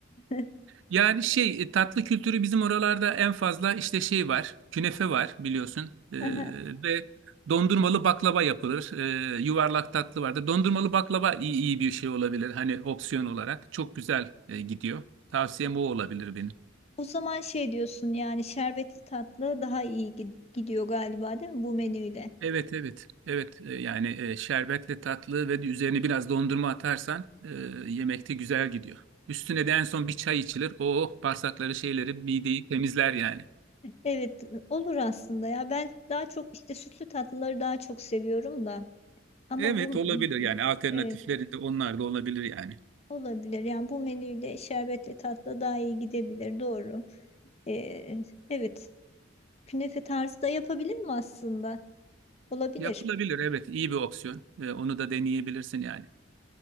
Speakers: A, on the left (about 35°); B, on the right (about 70°).
A: <laughs>
B: Yani şey e, tatlı kültürü bizim oralarda en fazla işte şey var künefe var biliyorsun Ee,
A: Aha.
B: ve dondurmalı baklava yapılır. Ee, yuvarlak tatlı vardır. Dondurmalı baklava iyi, iyi bir şey olabilir hani opsiyon olarak çok güzel e, gidiyor. Tavsiyem o olabilir benim.
A: O zaman şey diyorsun yani şerbetli tatlı daha iyi gi- gidiyor galiba değil mi bu menüyle?
B: Evet evet evet E, yani e, şerbetle tatlı ve üzerine biraz dondurma atarsan e, yemekte güzel gidiyor. Üstüne de en son bir çay içilir. Oh bağırsakları şeyleri mideyi temizler yani.
A: Evet olur aslında ya ben daha çok işte sütlü tatlıları daha çok seviyorum da ama
B: Evet
A: bu
B: olabilir yani alternatifleri
A: evet
B: de onlar da olabilir yani.
A: olabilir yani bu menüyle şerbetli tatlı daha iyi gidebilir doğru. Ee, evet künefe tarzı da yapabilir mi aslında olabilir.
B: Yapılabilir evet iyi bir opsiyon. E, onu da deneyebilirsin yani.